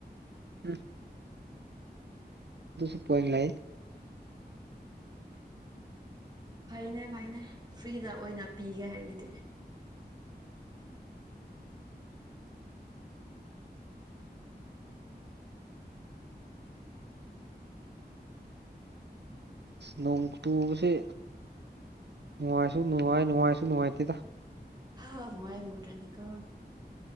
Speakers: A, on the right; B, on the right.
A: ꯎꯝ ꯑꯗꯨꯁꯨ ꯄꯅꯤꯡ ꯂꯩ
B: ꯐꯩꯅꯦ ꯐꯩꯅꯦ ꯐ꯭ꯔꯤꯗ ꯑꯣꯏꯅ ꯄꯤꯒꯦ ꯍꯥꯏꯔꯗꯤ
A: ꯅꯣꯡ ꯇꯨꯁꯦ ꯅꯨꯡꯉꯥꯏꯁꯨ ꯅꯨꯡꯉꯥꯏ ꯅꯨꯡꯉꯥꯏꯁꯨ ꯅꯨꯡꯉꯥꯏꯇꯦꯗ
B: ꯍ ꯃꯥꯏ ꯃꯔꯦꯗꯤꯀ